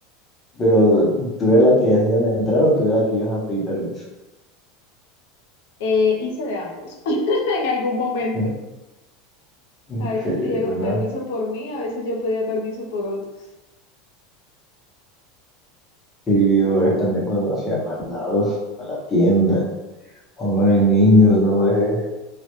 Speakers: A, on the left; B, on the left.
A: pero tú eras la que decían entrar o tú eras la que ibas a pedir permiso.
B: Eh, hice de ambos <laughs> en algún momento.
A: Mm, Ok,
B: A veces pidieron
A: bueno,
B: permiso por mí, a veces yo pedía permiso por otros.
A: Sí, yo eh, también cuando hacía mandados a la tienda, uno de niño, uno, es